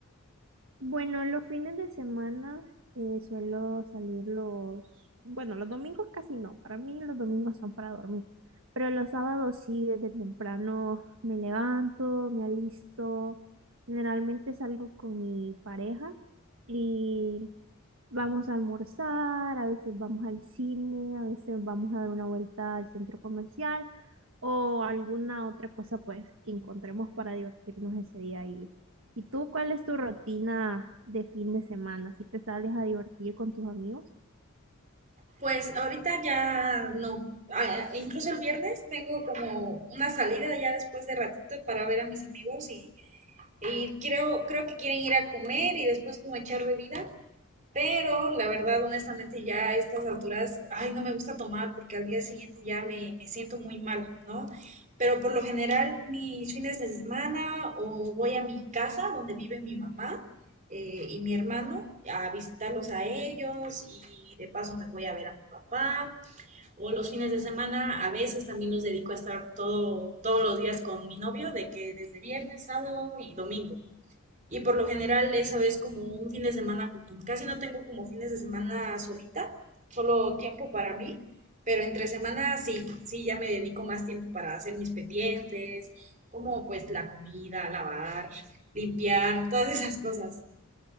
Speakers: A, on the right; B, on the right.
A: Bueno, los fines de semana eh, suelo salir los, bueno, los domingos casi no, para mí los domingos son para dormir, pero los sábados sí, desde temprano me levanto, me alisto, generalmente salgo con mi pareja y Vamos a almorzar, a veces vamos al cine, a veces vamos a dar una vuelta al centro comercial o alguna otra cosa pues que encontremos para divertirnos ese día. ¿Y, y tú cuál es tu rutina de fin de semana? ¿Si te sales a divertir con tus amigos?
B: Pues ahorita ya no. Ah, incluso el viernes tengo como una salida ya después de ratito para ver a mis amigos y, y creo, creo que quieren ir a comer y después como echar bebida. Pero la verdad, honestamente, ya a estas alturas, ay, no me gusta tomar porque al día siguiente ya me, me siento muy mal, ¿no? Pero por lo general, mis fines de semana o voy a mi casa donde vive mi mamá eh, y mi hermano a visitarlos a ellos y de paso me voy a ver a mi papá. O los fines de semana a veces también los dedico a estar todo, todos los días con mi novio, de que desde viernes, sábado y domingo. Y por lo general esa vez como un fin de semana común. Casi no tengo como fines de semana solita, solo tiempo para mí, pero entre semana sí, sí ya me dedico más tiempo para hacer mis pendientes, como pues la comida, lavar, limpiar, todas esas cosas.